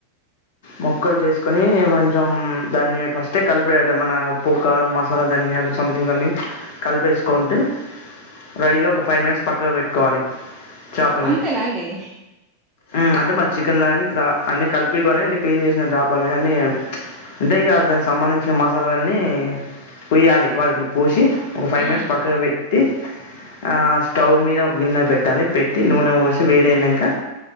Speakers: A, on the left; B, on the right.
A: మొక్కలు చేసుకుొని కొంచెం దాన్ని ఫస్టే కలిపేయాలి మన ఉప్పు, కారం మసాలా దాన్ని సంథింగ్ సంథింగ్ కలిపేసుకుంటే రెడీగా ఒక ఫైవ్ మినిట్స్ పక్కగా పెట్టుకోవాలి చేపల్ని
B: అంతేనా అండి
A: ఉమ్ అంటే మ చికెన్ గాని ఇట్లా అన్ని కలిపికుని అంటే క్లీన్ చేసినా చేపల మీద అన్ని అంటే ఇక దానికి సంబంధించిన మసాలన్నీ ప పోయ్యాలి వాళకి పూసి ఒక ఫైవ్
B: మ్మ్
A: మినిట్స్ పక్కకి పెట్ టి ఆ స్టవ్ మీద ఒక గిన్నె పెట్టాలి పెట్టి నూనె పోసి వేడయినాక